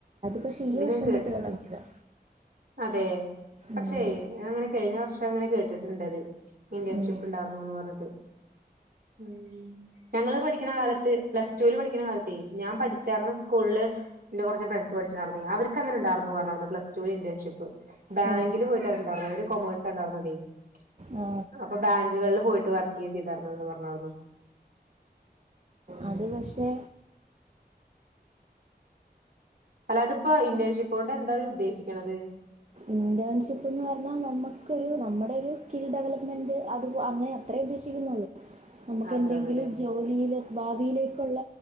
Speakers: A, on the right (about 40°); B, on the right (about 60°).
A: പക്ഷെ ഈ
B: അത്
A: വർഷം
B: ഞാൻ കേട്ടിട്ടൊള്ളു
A: തൊട്ട് തുടങ്ങിയതാ
B: അതെ
A: ഉം,
B: പക്ഷേയ് ഞാൻ അങ്ങനെ കയ്ഞ്ഞ വർഷ അങ്ങനെ കേട്ടിട്ട്ണ്ടത്. ഇന്റേൺഷിപ്ണ്ടാർന്നുന്ന്
A: ഉം.
B: പർഞ്ഞിട്ട് ഉം ഞങ്ങള് പഠിക്ക്ണ കാലത്ത് പ്ലസ് ടുല് പഠിയ്ക്ക്ണ കാലത്തെ ഞാൻ പഠിച്ചാർന്ന സ്കൂള്ള് ന്റെ കൊർച്ച് ഫ്രണ്ട്സ് പഠിചിണ്ടാർന്നെ അവർക്കങ്ങനെണ്ടാർന്നു പർഞ്ഞു പ്ലസ് ടുന്ന് ഇന്റേൺഷിപ്പ്. ബാങ്കില്
A: ആ,
B: പോയിട്ടാണ്ടാർന്നെ അവര് കൊമേഴ്സ ണ്ടാർന്നതേ അ
A: ആ,
B: അപ്പൊ ബാങ്കുകള്ള് പോയ്ട്ട് വർക്ക് ചെയ്യ ചെയ്താർന്നെന്ന് പർഞ്ഞര്ന്നു.
A: അത് പക്ഷെ
B: അല്ലാ അതിപ്പോ ഇന്റേൺഷിപ്പോണ്ട് എന്താ അവര് ഉദ്ദേശിക്ക്ണത്?
A: ഇന്റേൺഷിപ്പ്ന്ന് പർഞ്ഞാ നമ്മക്കൊരു നമ്മേടൊരു സ്കിൽ ഡെവലപ്മെന്റ് അത് അങ്ങനെ അത്രേ ഉദ്ദേശിക്കുന്നൊള്ളൂ. നമ്മക്കെന്തെങ്കിലും
B: അത്രേ ഉള്ളൂല്ലേ
A: ജോലിയിലെ ഭാവിയിലേക്കുള്ള